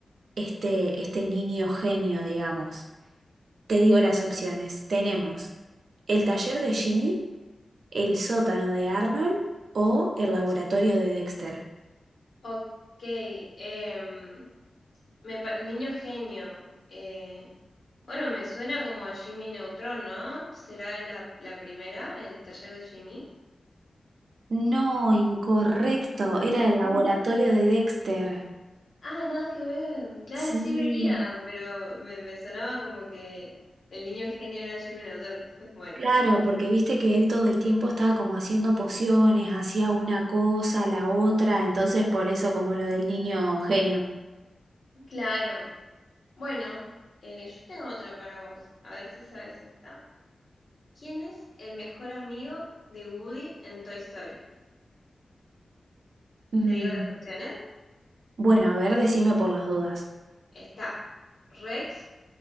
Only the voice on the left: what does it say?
Ok, em, me pa- Niño Genio. eh, bueno, me suena como a Jimmy Neutron, ¿no? ¿Será la, la primera, el taller de Jimmy?
Imagínate.
Ah, nada que ver. Claro,
sí veía, pero me, me sonaba como que el niño genio era Jimmy Neutron. <laughs> Bueno,
claro. Bueno, eh, yo tengo otra para vos. A ver si sabes esta. ¿Quién es el mejor amigo de Woody en Toy Story?
Te digo las opciones.
Está Rex,